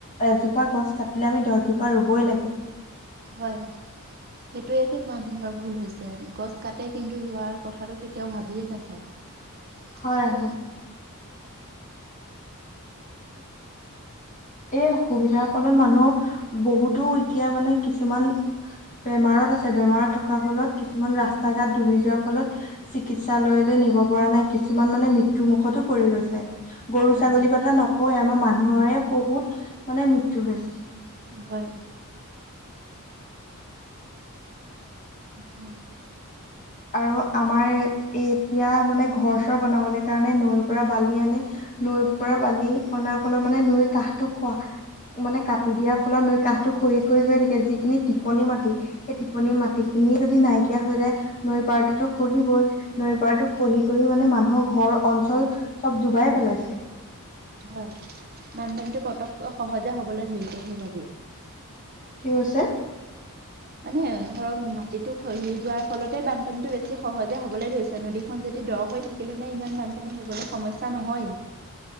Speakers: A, on the left (about 35°); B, on the right (about 45°).
A: এজোপা গছ কাটিলে আমি দহজোপা ৰুবই লাগে
B: হয় সেইটোয়ে টো মানুহৰ ভুল হৈছে গছ কাটে কিন্তু ৰোৱাৰ কথাটো কেতিয়াও ভাবিয়ে নাচায়
A: হয়
B: সেইটোতো
A: হয় এই অসুবিধাৰ ফলত মানুহ বহুতো এতিয়া মানে কিছুমান বেমাৰত আছে বেমাৰত থকাৰ ফলত কিছুমান ৰাস্তা ঘাট ডুবি যোৱাৰ ফলত চিকিৎসালয়লৈ নিব পৰা নাই কিছুমান মানে মৃত্যু মুুখতো পৰি গৈছে গৰু
B: হয়
A: ছাগলীৰ কথা নকওঁয়ে আমাৰ মানুহৰে বহুত মানে মৃত্যু হৈছে
B: হয় হয়
A: আৰু আমাৰ এ এতিয়া মানে ঘৰ চৰ বনাবলৈ কাৰণে নৈৰ পৰা বালি আনি নৈৰ পৰা বালি অনাৰ ফলৰ মানে নৈৰ কাহটো খোৱা মানে কাটি দিয়াৰ ফলত নৈ কাহটো খৰি খৰি গৈ থাকে যিখিনি টিপনি মাটি সেই টিপনি মাটি খিনি <unintelligible> যদি নাইকিয়া হৈ যায় নৈ পাৰটোতো খহিবই নৈ পাৰতো খহি
B: হয়
A: খহি মানে মানুহৰ ঘৰ অঞ্চল চব ডুবাই ফল আছে
B: হয় বানপানি টো পতকে সহজে হবলৈ ধৰিছে সেইবাবেই
A: কি হৈছে?
B: মানে ধৰক মাটিো খহি যোৱাৰ ফলতে বানপানীতটো বেছি সহজে হবলে ধৰিছে নদীখন যবি দৰ হৈ থাকিলে নে ইমান বানপানী হবলৈ সমস্যা নহয়।